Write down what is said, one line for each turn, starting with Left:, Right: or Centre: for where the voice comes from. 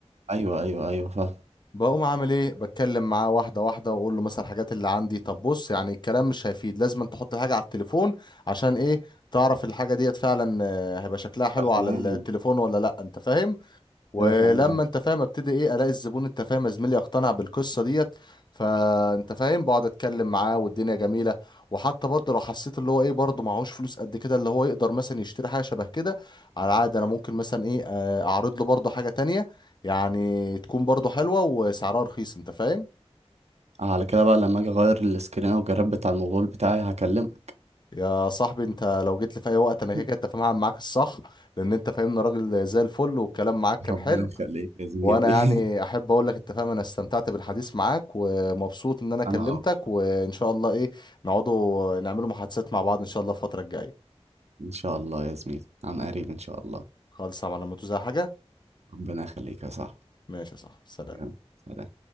Right: ايوه ايوه ايوه فاهم
Left: بقوم عامل ايه بتكلم معاه واحده واحده واقول له مثلا الحاجات اللي عندي طب بص يعني الكلام مش هيفيد لازم أن تحط الحاجه على التليفون عشان ايه تعرف الحاجه ديت فعلا آه، هيبقى شكلها حلو
Right: فاهمان
Left: على التليفون ولا لا انت فاهم ولما
Right: كده فاهمان
Left: انت فاهم ابتدي ايه الاقي الزبون انت فاهم يا زميلي يقتنع بالقصه ديت فانت فاهم بقعد اتكلم معاه والدنيا جميله وحتى برضه لو حسيت اللي هو ايه برضه معهوش فلوس قد كده اللي هو يقدر مثلا يشتري حاجه شبه كده على عاد انا ممكن مثلا ايه آه، اعرض له برضه حاجه تانية يعني تكون برضه حلوه وسعرها رخيص انت فاهم
Right: آه، على كده بقى لما اجي اغير السكرين او الجراب بتاع الموبايل بتاعي هكلمك
Left: يا صاحبي انت لو جيت لي في اي وقت انا كده
Right: <laughs>
Left: كده انت فاهم هعمل معاك الصح لان انت فاهمني راجل زي الفل والكلام معاك كان
Right: ربنا
Left: حلو
Right: يخليك يا زميلي
Left: وانا يعني
Right: <laughs>
Left: احب اقول لك انت فاهم انا استمتعت بالحديث معاك ومبسوط ان انا كلمتك
Right: انا اكتر
Left: وان شاء الله ايه نقعدوا نعملوا محادثات مع بعض ان شاء الله الفترة الجاية
Right: ان شاء الله يا زميلي عن قريب ان شاء الله
Left: خالص على لما توزع حاجة
Right: ربنا يخليك يا صاحبي
Left: ماشي يا صاحبي سلام
Right: يلا سلام